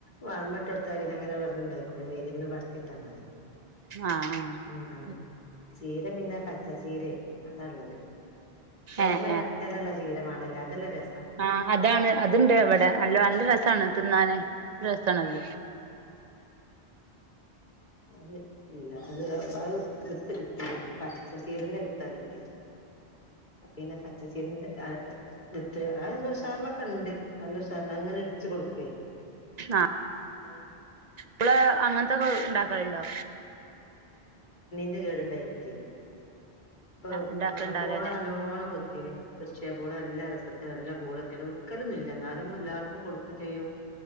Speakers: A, on the left; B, on the right.
A: വളമട്ട്കൊടുത്ത പിന്നെങ്ങനെ ഇണ്ടായികോളും <unintelligible> എരിങ്ങനെ വളർത്തിയിട്ടാ മതി
B: ആഹ്
A: പിന്ന
B: ആഹ്
A: ചീര പിന്നെ ച്ച ചീരെ അതാള്ളത് ചോന്ന
B: ഏഹ്
A: വട്ടേലള്ള ചീരമാണല്ലേ അതല്ലേ രസ
B: ആ അതാണ് അത്ണ്ട് വ്ടെ നല്ല നല്ല രസാണ് തിന്നാന് രസാണത്
A: അത് ഇല്ല അത് അത് വിത്ത് കിട്ടീല്ല പച്ച ചീരന്റെ വിത്താ കിട്ടിയത്. പിന്നെ പച്ചച്ചീരൻ്റെ ആ ത് വിത്ത് അത് ഉസാറിലൊക്കെണ്ട് നല്ല ഉസാറ്ണ്ട് അങ്ങനെ ഇടിച്ചു കൊടുക്കേയ്.
B: ആഹ്
A: ഏ
B: പ്പള് അങ്ങൻത്തൊക്കെണ്ടാക്കല്ണ്ടോ?
A: ൻ്റെ കേട്ണ്ടായിറ്റെ ഇപ്പൊ
B: ഉണ്ടാക്കലുണ്ടാവൂലല്ലേ
A: ആ പോണ ഓണ കൊത്തിന് തീർച്ചേ പോണേ എല്ലാ രസത്തിന് എല്ലാം പൂളെത്തിനും വിക്കലൊന്നുല്ല ന്നാലും എല്ലാർക്കും കൊടുക്കും ചെയ്യും.